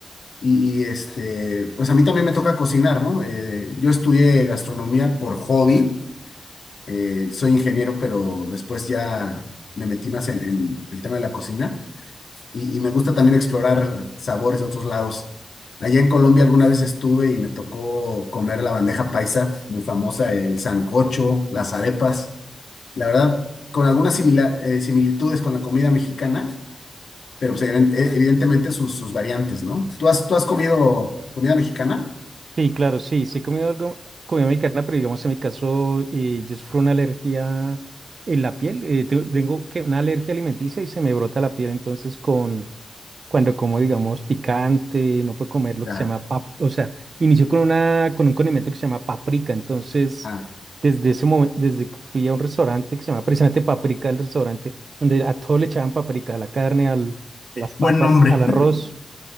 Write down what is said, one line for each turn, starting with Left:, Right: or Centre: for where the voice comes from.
Left: y, y, este, pues a mí también me toca cocinar, ¿no? Eh, yo estudié gastronomía por hobby, eh, soy ingeniero, pero después ya me metí más en, en el tema de la cocina y, y me gusta también explorar sabores de otros lados. Allá en Colombia alguna vez estuve y me tocó comer la bandeja paisa, muy famosa, el sancocho, las arepas, la verdad, con algunas simila- eh, similitudes con la comida mexicana, pero pues, evident- evidentemente sus, sus variantes, ¿no? ¿Tú has, tú has comido comida mexicana?
Right: Sí, claro, sí, sí he comido algo, comida mexicana, pero digamos en mi caso, eh, yo sufro una alergia en la piel, eh, te- tengo que una alergia alimenticia y se me brota la piel, entonces con, cuando como, digamos, picante, no puedo comer lo
Left: Ya.
Right: que se llama, pap o sea, inició con una, con un condimento que se llama paprika, entonces,
Left: Ah,
Right: desde ese momento, desde que fui a un restaurante que se llama precisamente paprika, el restaurante, donde a todo le echaban paprika, a la carne, al, a las
Left: Buen
Right: papas,
Left: nombre.
Right: al arroz,